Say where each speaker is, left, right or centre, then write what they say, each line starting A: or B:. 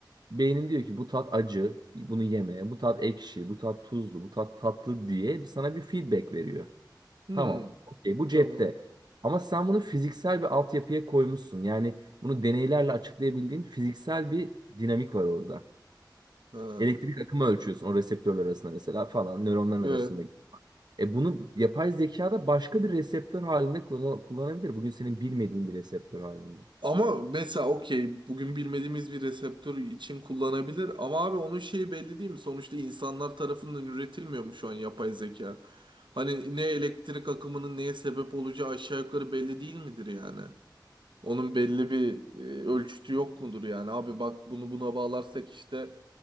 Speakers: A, on the right (about 60°); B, on the right (about 85°).
A: beynin diyor ki bu tat acı, bunu yeme, bu tat ekşi, bu tat tuzlu, bu tat tatlı diye sana bir feedback veriyor.
B: Hmm.
A: Tamam, okey bu
B: Tamam.
A: cepte. Ama sen bunu fiziksel bir altyapıya koymuşsun. Yani bunu deneylerle açıklayabildiğin fiziksel bir dinamik var orada.
B: Ha.
A: Elektrik akımı ölçüyorsun o reseptörler arasında mesela falan nöronların
B: Evet.
A: arasında. E bunu yapay zekada başka bir reseptör halinde kullan- kullanabilir. Bugün senin bilmediğin bir reseptör halinde.
B: Ama mesela okey bugün bilmediğimiz bir reseptör için kullanabilir ama abi onun şeyi belli değil mi? Sonuçta insanlar tarafından üretilmiyor mu şu an yapay zeka? Hani ne elektrik akımının neye sebep olacağı aşağı yukarı belli değil midir yani? Onun belli bir e, ölçütü yok mudur yani? Abi bak bunu buna bağlarsak işte